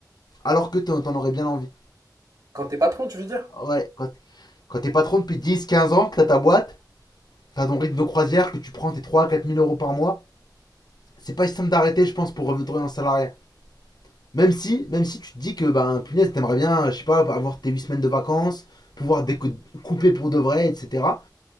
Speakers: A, on the left; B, on the right.
A: Alors que t'en t'en aurais bien envie.
B: Quand t'es patron, tu veux dire?
A: Ouais, quand, quand t'es patron depuis dix, quinze ans, que t'as ta boîte, t'as ton rythme de croisière, que tu prends tes 3, à 4 000 euros par mois, c'est pas si simple d'arrêter, je pense, pour revenir en salarié. Même si, même si tu te dis que, ben, punaise, t'aimerais bien, je sais pas, avoir tes 8 semaines de vacances, pouvoir découper pour de vrai, etc.